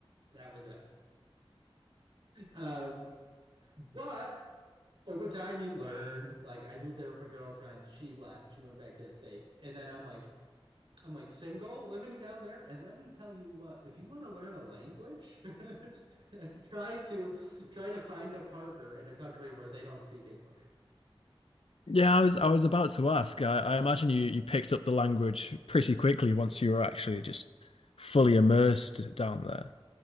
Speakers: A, on the right (about 60°); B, on the left (about 75°).
A: That was it. Um, but over time you learn, like I moved there with a girlfriend, she left, she went back to the States. And then I'm like, I'm like single, <laughs> living down there, and let me tell you what, if you want to learn a language, <laughs> try to try to find a partner in a country where they don't speak English.
B: Yeah, I was I was about to ask. I, I imagine you you picked up the language pretty quickly once you were actually just fully immersed down there.